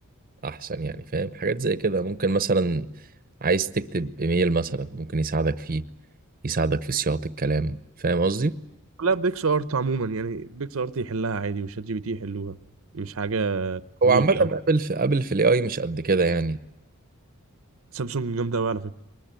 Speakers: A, on the right; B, on the right.
A: احسن يعني فاهم حاجات زي كده ممكن مثلا عايز تكتب ايميل مثلا ممكن يساعدك فيه يساعدك في صياغة الكلام فاهم قصدي
B: لا بيكس ارت عموما يعني بيكس ارت يحلها عادي وشات جي بي تي يحلوها مش حاجه
A: هو
B: يونيك
A: عامة قبل
B: او حاجة.
A: في قبل في الاي اي مش قد كده يعني
B: سامسونج جامده قوي على فكره